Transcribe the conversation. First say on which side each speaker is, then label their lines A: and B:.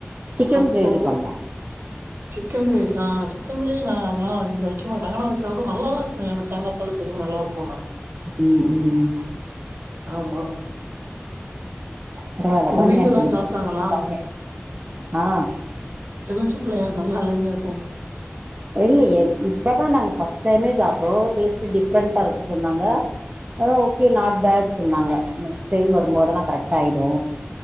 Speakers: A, on the right; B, on the right.
A: சிக்கன்
B: அப்பவோ
A: கிரேவி பண்ணோ
B: சிக்கன் கிரேவி ஆ சிக்கன் கிரேவி நா அதெல்லா இங்க வெக்க மாட்டாங்கா ஆனா வெச்சு சாப்ட நல்லாதாருக்கு ஏன்டா தேங்காப் களுக்கு எதுவு நல்லாருக்குன்னா
A: ம் ம்
B: ஆமா
A: பரவால்ல
B: ஒங்க
A: பண்ணியாச்சு
B: வீட்ல எல்லாரு
A: இன்னைக்கு
B: சாப்ட்டாங்களா
A: ஆ
B: எதுவு சொல்லலையா நல்லாலேன்னு எதுவு
A: இல்லயே இப்பதா நாங்க ஃபர்ஸ்ட் டைமே சாப்ட்றோம் டேஸ்ட்டு டிஃப்ரெண்டா இருக்கு சொன்னாங்க ஆ ஓகே நாட் பேடு சொன்னாங்க நெக்ஸ்ட் டைம் வரும்போதெல்லா கரெக்ட்டாயிடு